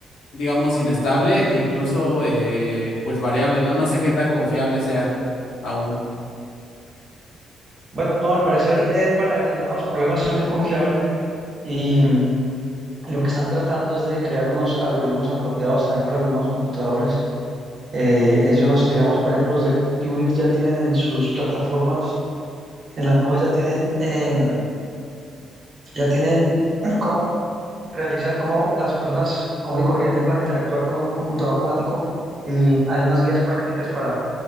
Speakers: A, on the left (about 85°); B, on the right (about 45°).
A: digamos, inestable e incluso, eh, pues, variable, ¿no? No sé qué tan confiable sea aún.
B: Bueno, no, al parecer eh, para determinados problemas es muy confiable y, mm, y lo que están tratando es de crear unos algoritmos apropiados también para los nuevos computadores. Eh, ellos, digamos, por ejemplo, los de Qwik ya tienen en sus plataformas, en la nube ya tienen, eh, ya tienen como realizar, cómo las personas común y corriente pueden interactuar con un computador cuántico y hay unas guías prácticas para